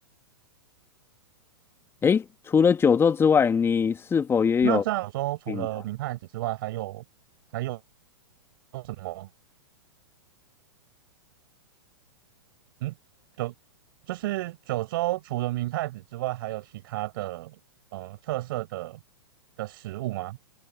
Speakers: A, on the left; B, on the right.
A: 诶，除了九州之外，你是否也有
B: 那这样九州除了明太子之外，
A: 品尝
B: 还有还有什么？嗯，就就是九州除了明太子之外，还有其他的呃特色的的食物吗？